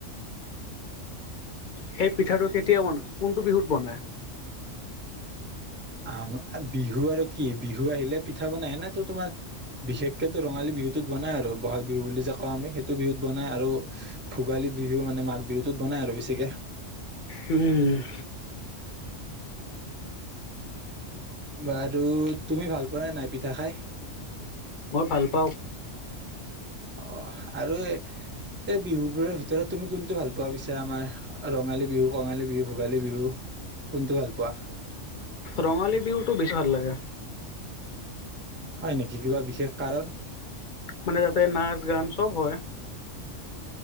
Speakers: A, on the left (about 55°); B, on the right (about 20°).
A: সেই পিঠাটো কেতিয়া বনাই? কোনটো বিহুত বনাই?
B: অ'! বিহু আৰু কি, বিহু আহিলে, পিঠা বনাই ন'। সেইটো তোমাৰ বিশেষকে ৰঙালী বিহুটোত বনাই আৰু। বহাগ বিহু বুলি যে কওঁ আমি সে বিহুত বনাই আৰু ভোগালী বিহু মানে, মাঘ বিহুটোত বনাই আৰু বেছিকে।
A: উম!
B: বাৰু তুমি ভাল পোৱাই নাই পিঠা খায়?
A: মই ভাল পাওঁ!
B: অ'! আৰু এই বিহুবোৰৰ ভিতৰত তুমি কোনটো ভাল পোৱা পিছে আমাৰ ৰঙালী বিহু, কঙালী বিহু, ভোগালী বিহু কোনটো ভাল পোৱা?
A: ৰঙালী বিহুটো বেছি ভাল লাগে!
B: হয় নেকি? কিবা বিশেষ কাৰণ?
A: মানে, তাতে নাচ- গান চব হয়।